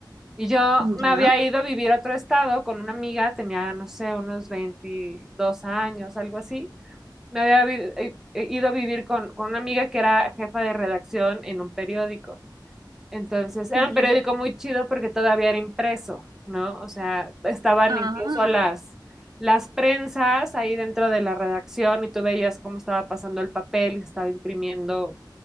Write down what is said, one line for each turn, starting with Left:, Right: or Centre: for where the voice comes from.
Centre: Y yo me
Right: Ya,
Centre: había ido a vivir a otro estado con una amiga, tenía, no sé, unos 22 años, algo así. me había vi- eh, eh, ido a vivir con, con una amiga que era jefa de redacción en un periódico. Entonces, era
Right: ya.
Centre: un periódico muy chido porque todavía era impreso, ¿no? O sea, estaban
Right: Ah,
Centre: incluso las, las prensas ahí dentro de la redacción y tú veías cómo estaba pasando el papel y se estaba imprimiendo